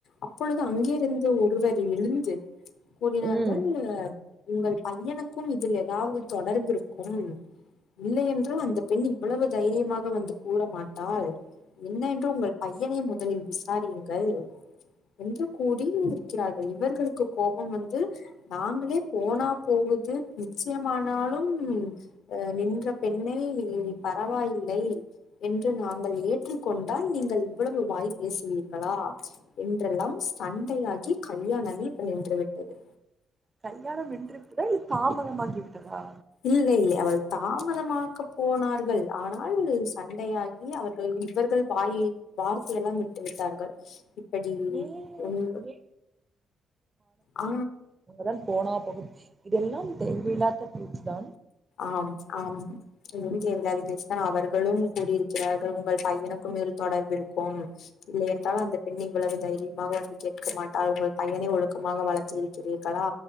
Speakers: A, on the left; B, on the right.
A: அப்பொழுது அங்கே இருந்து ஒருவர் எழுந்து கூறினார்கள்
B: ம்.
A: உங்கள் பையனுக்கும் இதில் ஏதாவது தொடர்பு இருக்கும் இல்லை என் று அந்த பெண் இவ்வளவு தைரியமாக வந்து கூற மாட்டாள் என்ன என்று உங்கள் பையனை முதலில் விசாரியுங்கள் என்று கூறி இருக்கிறார்கள் இவர்களுக் கோபம் வந்து நாங்க ங்களே போனா போகுது நிச்சயமானாலும் அ நின்ற பெண்ணை பரவாயில்லை என்று நாங்கள் ஏற்றுக்கொண்டால் நீங்கள் இவ்வளவு வாய் பேசுவீர்களா என்றெல்லாம் சண்டையாகி கல்யாணமே இப்ப நின்று விட்டது
B: கல்யாணம் நின்று விட்டதா இல்ல தாமதமாகிவிட்டதா
A: இல்லை இல்லை அவள் தாமதமாக்க போனா ர்கள் ஆனால் சண்டையாகி அவர்கள் இவர்கள் வாயை வார்த்தையெல்லாம் விட்டு விட்டார்கள் அப்டி
B: ஏ
A: ஒன் <inaudible>
B: ஏ
A: ஆ
B: அங்கதா போனா போகுது இதெல்லாம் தேவ இல்லாத பேச்சு தா
A: ஆம் ஆம் இது <unintelligible> அவர்களும் கூடிரு சிறார்கள் உங்கள் பையனுக்கும் இதில் தொடர்பிருக்கும் இல்லையென்றால் அந்த பெண் இவ்வளவு தைரியமாக வந்து கேட்க மாட்டாள் உங்கள் பையனை ஒழுக்கமாக வளர்த்து இருக்கிறீர்களா